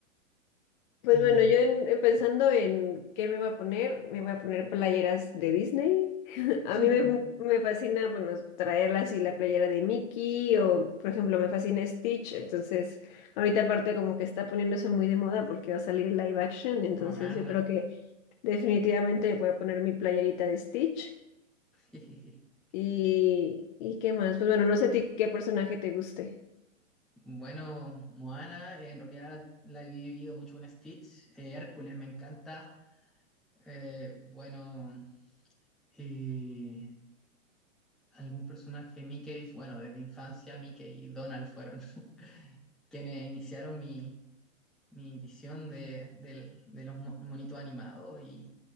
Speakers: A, on the left; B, in the centre.
A: Pues
B: Eh...
A: bueno, yo en- eh, pensando en qué me voy a poner, me voy a poner playeras de Disney. <laughs>
B: <laughs>
A: A mí me, me fascina, bueno, traerla así la playera de Mickey o, por ejemplo, me fascina Stitch. Entonces, ahorita aparte como que está poniéndose muy de moda porque va a salir el live action. Entonces,
B: Ohana.
A: yo creo que definitivamente voy a poner mi playerita de Stitch.
B: <laughs>
A: ¿Y, y qué más? Pues bueno, no sé a ti qué personaje te guste.
B: Bueno, Moana, en realidad la he vivido mucho con Stitch. Eh, Hércules me encanta. Eh, bueno, eh, algún personaje Mickey, bueno, desde infancia Mickey y Donald fueron <laughs> quienes iniciaron mi, mi visión de, del- de los mo- monitos animados y